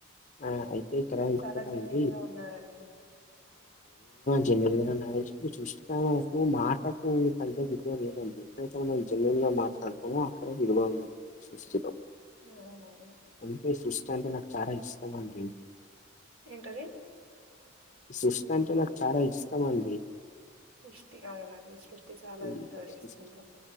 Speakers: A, on the left; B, on the right.
A: ఆ అయితే ఇక్కడ
B: మీరు
A: ఇంకొకటి
B: చాలా జెన్యూన్
A: అండి
B: గా ఉన్నారండి
A: జెన్యూన్ గానే ఉన్నా ఎప్పుడు చూసిన నాకు మాటకు తగ్గ విలువ లేదండి ఎప్పుడైతేన జెన్యూన్ మాట్లాడుతాము అక్కడే విలువ ఉంటుంది సృష్టిలో
B: అవునవును.
A: అందుకే సృష్టి అంటే నాకు చాలా ఇష్టం అండి
B: ఏంటది
A: సృస్ట్ అంటే నాకు చాలా ఇష్టం అండి
B: సృష్టి అవుననండి సృష్టి చాలా
A: ఈ
B: వింతలు చేస్తుందో
A: సృష్టి